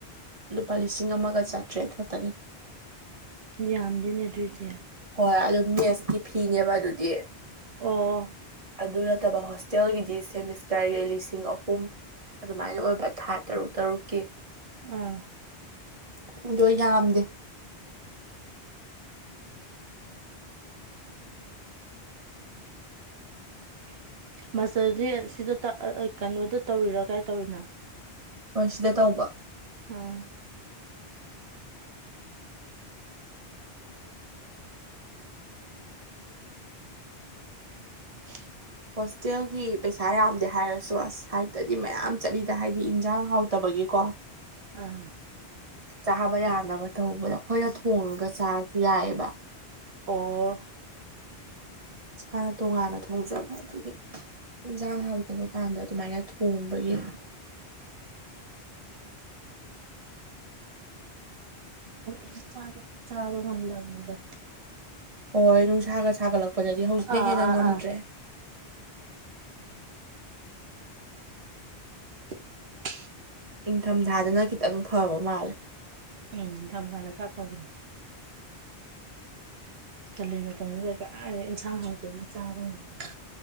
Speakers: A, on the right; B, on the right.
A: ꯂꯨꯄꯥ ꯂꯤꯁꯤꯡ ꯑꯃꯒ ꯆꯥꯇ꯭ꯔꯦꯠ ꯈꯛꯇꯅꯤ <inaudible>
B: ꯌꯥꯝꯝꯗꯅ ꯑꯦꯇ꯭ꯔꯤ ꯆꯦ
A: ꯍꯣꯏ ꯑꯗꯨꯣ ꯃꯦꯠꯁꯀꯤ ꯐꯤꯅꯦꯕ ꯑꯗꯨꯗꯤ
B: ꯑꯣ
A: ꯑꯗꯨ ꯅꯠꯇꯕ ꯍꯣꯁꯇꯦꯜꯒꯤꯗꯤ ꯁꯦꯃꯤꯁꯇꯔꯒꯤ ꯂꯤꯁꯤꯡ ꯑꯍꯨꯝ ꯑꯗꯨꯃꯥꯏꯅ ꯑꯣꯏꯕ ꯊꯥ ꯇꯔꯨꯛ ꯇꯔꯨꯛꯀꯤ
B: ꯑꯥ
A: ꯑꯗꯨꯗꯣ ꯌꯥꯝꯗꯦ
B: <inaudible> ꯃꯥꯁꯇꯔꯗꯤ ꯁꯤꯗ ꯀꯩꯅꯣꯗ ꯇꯧꯔꯤꯔꯥ ꯀꯥꯏ ꯇꯧꯔꯤꯅ
A: ꯍꯣꯏ ꯁꯤꯗ ꯇꯧꯕ
B: ꯑꯥ <inaudible>
A: ꯍꯣꯁꯇꯦꯜꯒꯤ ꯄꯩꯁꯥ ꯌꯥꯝꯗꯦ ꯍꯥꯏꯔꯁꯨ ꯑꯁ ꯍꯥꯏꯗꯗꯤ ꯃꯌꯥꯝ ꯆꯠꯂꯤꯗ ꯍꯥꯏꯗꯤ ꯌꯦꯟꯖꯥꯡ ꯍꯥꯎꯇꯕꯒꯤꯀꯣ
B: ꯑꯥ
A: ꯆꯥꯕ ꯌꯥꯅꯕ ꯇꯧꯕꯗꯣ ꯑꯩꯈꯣꯏꯅ ꯊꯣꯡꯉꯒ ꯆꯥꯔꯁꯨ ꯌꯥꯏꯑꯕ
B: ꯑꯣ
A: ꯏꯁꯥꯅ ꯇꯣꯉꯥꯟꯅ ꯊꯣꯡꯖꯕ ꯑꯗꯨꯒꯤ ꯖꯥꯡ ꯍꯥꯎꯗꯕ ꯀꯥꯟꯗ ꯑꯗꯨ ꯃꯥꯥꯏ ꯊ ꯊꯣꯡꯕ ꯌꯦ
B: ꯏꯁ ꯆꯥꯒ ꯆꯥꯕ ꯉꯝꯗꯅꯤꯗ
A: ꯍꯣꯏ ꯅꯨꯡꯁꯥꯒ ꯁꯥꯒꯠꯂꯛꯄꯗꯗꯤ ꯍꯧꯖꯤꯛꯅ
B: ꯑꯥ
A: ꯍꯦꯟꯅ
B: ꯑꯥ
A: ꯉꯝꯗ꯭ꯔꯦ
B: ꯑꯥ <inaudible>
A: ꯅꯤꯡꯪꯊꯝꯊꯥꯗꯅ ꯈꯤꯇꯪ ꯐꯕ ꯃꯥꯜꯂꯦ
B: ꯎꯝ ꯅꯤꯡꯊꯈꯥꯗ ꯈꯔ ꯐꯥꯎꯗ꯭ꯔꯥ
A: <inaudible>
B: ꯀꯜꯂꯤ ꯃꯇꯝꯗꯨꯗ ꯏꯟꯁꯥꯡ ꯍꯥꯎꯗ꯭ꯔꯗꯤ ꯆꯥꯕ ꯉꯝꯗꯕ